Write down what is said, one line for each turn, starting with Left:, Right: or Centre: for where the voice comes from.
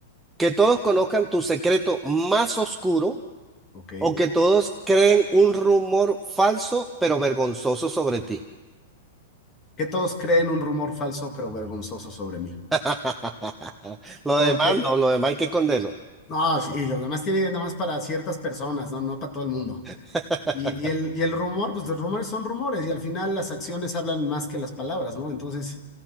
Centre: ¿Que todos conozcan tu secreto más oscuro
Left: Ok.
Centre: o que todos creen un rumor falso pero vergonzoso sobre ti?
Left: Que todos creen un rumor falso pero vergonzoso sobre mí.
Centre: <laughs> Lo
Left: Porque,
Centre: demás no, lo demás hay que esconderlo.
Left: no, y los demás tienen nada más para ciertas personas, ¿no? No para todo el mundo.
Centre: <laughs>
Left: Y, y el, y el rumor, pues los rumores son rumores y al final las acciones hablan más que las palabras, ¿no? Entonces,